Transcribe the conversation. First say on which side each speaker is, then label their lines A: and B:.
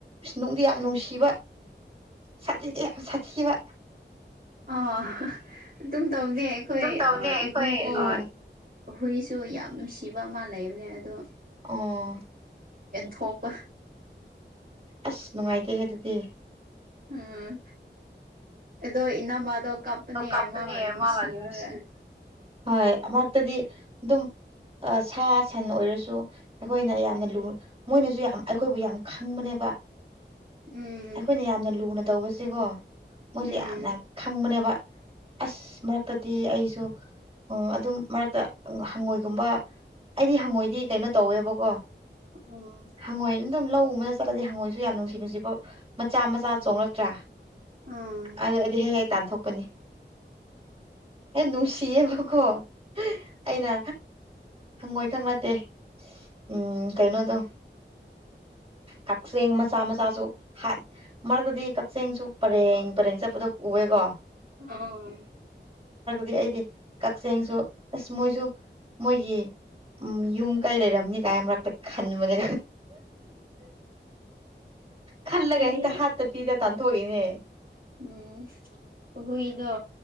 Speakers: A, on the right; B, on the right.
A: ꯁꯅꯨꯡꯗꯤ ꯌꯥꯝ ꯅꯨꯡꯁꯤꯕ ꯁꯥꯊꯤꯗꯤ ꯌꯥꯝ ꯁꯥꯊꯤꯕ
B: ꯑ ꯑꯗꯨꯝ ꯇꯧꯅꯦ ꯑꯩꯈꯣꯏ
A: ꯑꯗꯨꯝ ꯇꯧꯅꯦ ꯑꯩꯈꯣꯏ
B: ꯏꯕꯨꯡꯒꯤ
A: ꯑ
B: ꯍꯨꯏꯁꯨ ꯌꯥꯝ ꯅꯨꯡꯁꯤꯕ ꯑꯃ ꯂꯩꯕꯅꯦ ꯑꯗꯣ
A: ꯎꯝ
B: ꯊꯣꯛꯣꯄ
A: ꯑꯁ ꯅꯨꯡꯉꯥꯏꯇꯦꯍꯦ ꯑꯗꯨꯗꯤ
B: ꯎꯝ ꯑꯗꯨꯗꯣ ꯏꯅꯥ ꯃꯥꯗ ꯀꯞꯅꯦ
A: ꯀꯞꯄꯅꯦ
B: ꯃꯥꯃ ꯅꯨꯡꯁꯤꯕꯒ
A: ꯃꯥ ꯅꯨꯡꯁꯤ ꯍꯣꯏ ꯃꯥꯛꯇꯗꯤ ꯑꯗꯨꯝ ꯁꯥ ꯁꯟ ꯑꯣꯏꯔꯁꯨ ꯑꯩꯈꯣꯏꯅ ꯌꯥꯝꯅ ꯂꯨ ꯃꯣꯏꯅꯁꯨ ꯌꯥꯝ ꯑꯩꯈꯣꯏꯕꯨ ꯌꯥꯝ ꯈꯪꯕꯅꯦꯕ ꯋꯥ
B: ꯎꯝ
A: ꯑꯩꯈꯣꯏꯅ ꯌꯥꯝꯅ ꯂꯨꯅ ꯇꯧꯕꯁꯦꯀꯣ ꯃꯣꯏꯁꯦ
B: ꯎꯝ
A: ꯌꯥꯝꯅ ꯈꯪꯕꯅꯦꯕ ꯑꯁ ꯃꯠꯇꯗꯤ ꯑꯩꯁꯨ ꯎꯝ ꯑꯗꯨꯝ ꯃꯔꯛꯇ ꯍꯪꯉꯣꯏꯒꯨꯝꯕ ꯑꯩꯗꯤ ꯍꯪꯉꯣꯏꯗꯤ ꯀꯩꯅꯣ ꯇꯧꯋꯦꯕꯀꯣ
B: ꯎꯝ
A: ꯍꯪꯉꯣꯏ ꯑꯗꯨꯝ ꯂꯧ ꯎꯕꯗ ꯆꯠꯂꯗꯤ ꯍꯪꯉꯣꯏꯁꯨ ꯌꯥꯝ ꯅꯨꯡꯁꯤ ꯅꯨꯡꯁꯤꯕꯥꯎ ꯃꯆꯥ ꯃꯆꯥ ꯆꯣꯡꯂꯛꯇ꯭ꯔꯥ
B: ꯎꯝ
A: ꯑꯗꯨꯗꯤ ꯍꯦꯛ ꯍꯦꯛ ꯇꯥꯟꯊꯣꯛꯄꯅꯤ ꯑꯦ ꯅꯨꯡꯁꯤꯕ ꯀꯣ ꯑꯩꯅ ꯍꯪꯉꯣꯏ ꯈꯛ ꯅꯠꯇꯦ ꯎꯝ ꯀꯩꯅꯣꯗꯣ
B: <unintelligible>
A: ꯀꯛꯆꯦꯡ ꯃꯆꯥ ꯃꯆꯥꯁꯨ ꯃꯔꯛꯇꯗꯤ ꯀꯛꯆꯤꯡꯁꯨ ꯄꯔꯦꯡ ꯄꯔꯦꯡ ꯆꯠꯄꯗ ꯎꯑꯦꯀꯣ
B: ꯑꯥ
A: ꯗꯤ ꯑꯩꯗꯤ ꯀꯛꯆꯤꯡꯁꯨ ꯑꯁ ꯃꯣꯏꯁꯨ ꯃꯣꯏꯒꯤ ꯎꯝ ꯌꯨꯝ ꯀꯩ ꯂꯩꯔꯝꯅꯤ ꯀꯥꯏ ꯃꯔꯛꯇ ꯈꯟꯕꯅꯦ ꯈꯜꯂꯒ
B: ꯑꯩꯗꯤ
A: ꯍꯦꯛꯇ ꯍꯥꯠꯇ ꯄꯤꯔ ꯇꯥꯟꯊꯣꯛꯏꯅꯦ
B: ꯎꯝ ꯑꯣꯍꯣ ꯏꯣ